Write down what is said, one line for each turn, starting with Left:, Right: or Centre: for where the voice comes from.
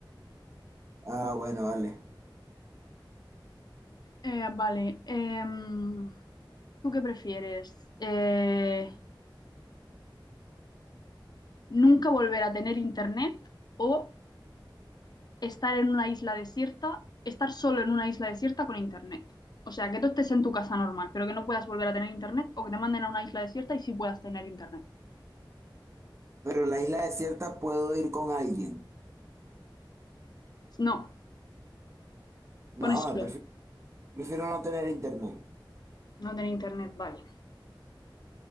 Right: Ah, bueno, vale.
Left: Eh, vale. em, ¿tú qué prefieres? Eh, nunca volver a tener internet o estar en una isla desierta, estar solo en una isla desierta con internet. O sea, que tú estés en tu casa normal, pero que no puedas volver a tener internet o que te manden a una isla desierta y sí puedas tener internet.
Right: Pero en la isla desierta puedo ir con alguien.
Left: No, pones
Right: No,
Left: solo,
Right: prefi- prefiero no tener internet.
Left: no tener internet, vale.